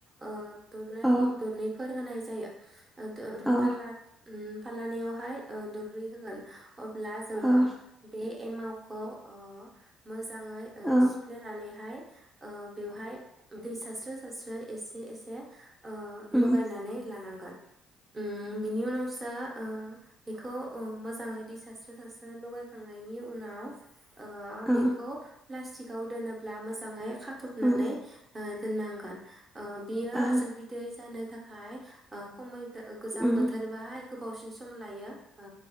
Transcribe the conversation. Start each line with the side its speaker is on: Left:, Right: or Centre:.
Right: ओ दरनै
Centre: औ
Right: दरनैफोर होनाय जायो। ओथो ओमफ्राय
Centre: औ
Right: फालाद उम फाललानैयावहाय ओ दरब्रै होगोन। अब्ला जोङो
Centre: औ
Right: बे एमावखौ ओ मोज जाङै ओ
Centre: औ
Right: सिफ्लेनानैहाय ओ बेवहाय दैसास स्रो सारस्रो एसे एसे ओ
Centre: उम
Right: लगायनानै लानांगोन। उम बिनि उनावसो ओ बेखौ अ मोज जाङै दै सास्रो सास्रो लगायखांनायनि उनाव ओ
Centre: औ
Right: बेखौ प्लास्टिकआव दोनोब्ला मोजाङै खाथबनानै
Centre: उम
Right: ओ दोननांगोन ओ बियो
Centre: औ
Right: जौ बिदै जानो थाखाय ओ खमैबो गो गोजां
Centre: उम
Right: बोथोर
Centre: औ उम
Right: बाइ गोबावसिन सम लायो ओ